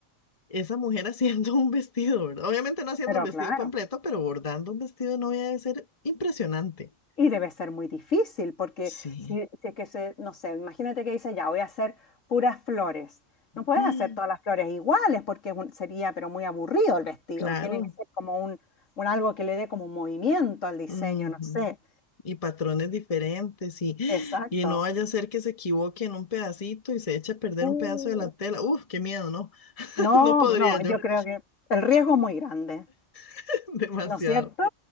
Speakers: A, on the left (about 30°); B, on the left (about 80°).
A: esa mujer <laughs> haciendo un vestido, ¿verdad? Obviamente no haciendo
B: pero
A: el vestido
B: claro.
A: completo, pero bordando un vestido de novia debe ser impresionante.
B: Y debe ser muy difícil, porque
A: Sí,
B: si, si es que se, no sé, imagínate que dice, ya, voy a hacer puras flores. No puedes
A: Mm,
B: hacer todas las flores iguales, porque es un- sería, pero muy aburrido el vestido.
A: claro.
B: Tiene que ser como un, un algo que le dé como un movimiento al diseño,
A: ujú.
B: no sé.
A: Y patrones diferentes y,
B: Exacto.
A: y no vaya a ser que se equivoque en un pedacito y se eche a perder
B: Uh,
A: un pedazo de la tela. Uf, qué miedo, ¿no? <laughs>
B: no,
A: No podría
B: no,
A: yo,
B: yo creo que el riesgo es muy grande.
A: <laughs> demasiado.
B: ¿no es cierto?